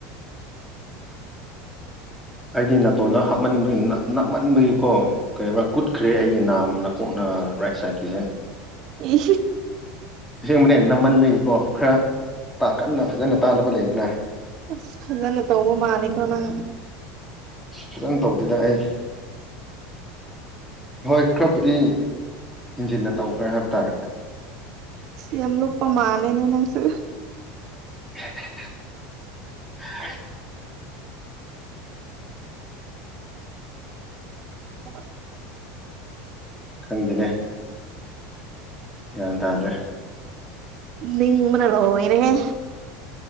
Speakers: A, in the centre; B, on the right (about 35°).
A: ꯑꯩꯗꯤ ꯅꯥꯇꯣꯟꯗ ꯍꯥꯞꯃꯟꯕꯒꯤ ꯅꯞꯃꯟꯕꯒꯤꯀꯣ ꯀꯩꯔꯤꯕ꯭ꯔꯥ ꯀꯨꯠꯈ꯭ꯔꯦ ꯑꯩꯒꯤ ꯅꯥꯝ ꯅꯀꯣꯛꯅ ꯔꯥꯏꯠ ꯁꯥꯏꯠꯀꯤꯁꯦ
B: ꯏ
A: ꯑꯦꯡꯕꯅꯦ ꯅꯝꯃꯟꯕꯒꯤꯀꯣ ꯈꯔ ꯀꯟꯅ ꯐꯖꯅ ꯇꯥꯗꯕ ꯂꯩꯗꯅ
B: ꯑꯁ ꯐꯖꯅ ꯇꯧꯕ ꯃꯥꯂꯀꯣ ꯅꯪ
A: ꯐꯖꯅ ꯇꯧꯗꯗ ꯑꯩ ꯍꯣꯏ ꯈꯔꯕꯨꯗꯤ ꯍꯦꯟꯖꯤꯟꯅ ꯇꯧꯈ꯭ꯔꯦ ꯍꯥꯏꯕ ꯇꯥꯔꯦ
B: ꯌꯥꯝꯦꯝ ꯂꯨꯞꯄꯄꯥ ꯃꯥꯅꯦꯅꯦ ꯅꯪꯁꯨ
A: <inaudible>
B: ꯑ
A: ꯈꯪꯗꯅꯦ ꯒ꯭ꯌꯥꯟ ꯇꯥꯗ꯭ꯔꯦ
B: ꯅꯤꯡ ꯃꯅꯂꯣ ꯏꯅꯦꯦ